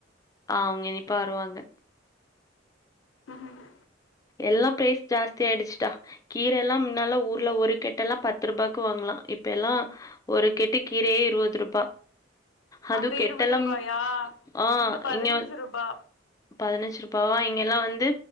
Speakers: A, on the left (about 20°); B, on the left (about 80°).
A: ஆஹ் அவுங்க இனி இப்ப வருவாங்க.
B: உஹம்ஹ
A: எல்லாம் பிரைஸ் ஜாஸ்திய ஆயிடுச்சுட்டா. கீர எல்லா முன்னல்ல ஊர்ல ஒரு கெட்டு எல்லா பத்து ரூபாக்கு வாங்கலா இப்ப எல்லா ஒரு கெட்டு கீரையே இருபது ரூபா. அதுவும்
B: அங்க
A: கெட்டலாம்
B: இருவது ரூபாயா
A: ஆஹ்
B: பதினஞ்சு
A: இங்க
B: ரூபா
A: பதினஞ்சு ரூபாவா இங்கெல்லாம் வந்து